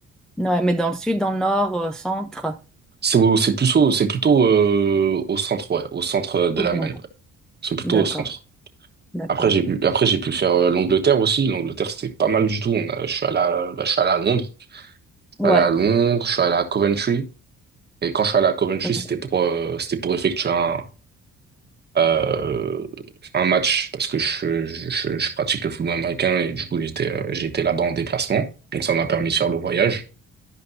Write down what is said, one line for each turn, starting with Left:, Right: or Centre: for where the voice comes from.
Centre: ouais, mais dans le sud, dans le nord, au centre,
Right: C'est au- c'est plutôt c'est plutôt, euh, au centre, ouais, au centre de
Centre: autant.
Right: l'Allemagne, ouais. C'est plutôt
Centre: D'accord,
Right: au centre.
Centre: d'accord.
Right: Après, j'ai pu, après, j'ai pu faire euh, l'Angleterre aussi. L'Angleterre, c'était pas mal du tout. On a, je suis allé à, je suis allé à Londres. Je
Centre: Ouais,
Right: suis allé à Londres, je suis allé à Coventry. Et quand je suis allé à Coventry,
Centre: ok,
Right: c'était pour, euh, c'était pour effectuer un, euh, un match parce que je, je, je- je pratique le football américain et du coup j'étais euh, j'étais là-bas en déplacement. Donc ça m'a permis de faire le voyage.